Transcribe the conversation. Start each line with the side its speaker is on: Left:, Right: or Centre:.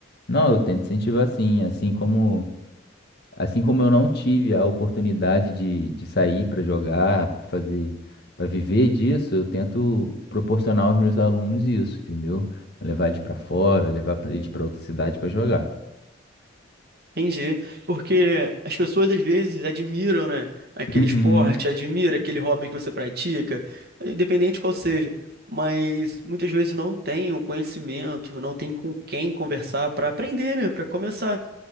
Left: Não, eu tento incentivar sim, assim como, assim como eu não tive a oportunidade de, de sair para jogar, para fazer, para viver disso, eu tento proporcionar aos meus alunos isso, entendeu? Levar eles para fora, levar pra- eles para outra cidade para jogar.
Right: Entendi. Porque as pessoas às vezes admiram, né, aquele
Left: Uhum,
Right: esporte, admira aquele hobby que você pratica, independente qual seja, mas muitas vezes não tem o conhecimento, não tem com quem conversar para aprender, né, para começar.